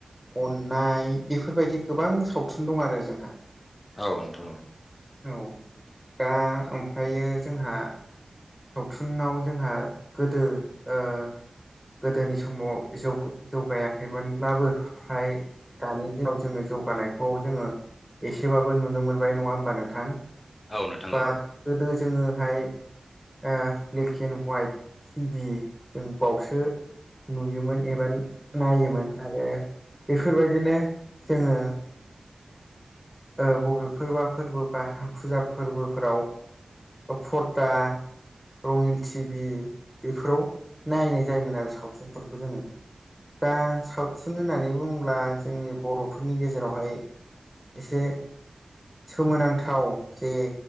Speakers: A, in the centre; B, on the left.
A: अननाय बेफोरबायदि गोबां सावथुन दं आरो जोंहा।
B: औ नोंथां
A: औ दा ओमफ्रायो जोंहा सावथुनाव जोंहा गोदो ओ गोदोनि समाव जौ जौगायाखैमोनब्लाबो ओमफ्राय दानि दिनाव जोङो जौगानायखौ जोङो एसेबाबो नुनो मोनबाय नङा होमबा नोंथां?
B: औ नोंथां
A: बा
B: औ।
A: गोदो जोङोहाय ओ ब्लेक एन्ड हवाइट टिभि जों बावसो नुयोमोन एबा नायोमोन आरो बेफोरबायदिनो जोङो ओ बबेफोरबा फोरबो बा फुजा फोरबोफोराव बा पर्दा रङिन टिभि बेफोराव नायनाय जायोमोन आरो सावथुनफोरखौ जोङो। दा सावथुन होननानै बुङोब्ला जोंनि बर'फोरनि गेजेरावहाय एसे सोमोनांथाव जे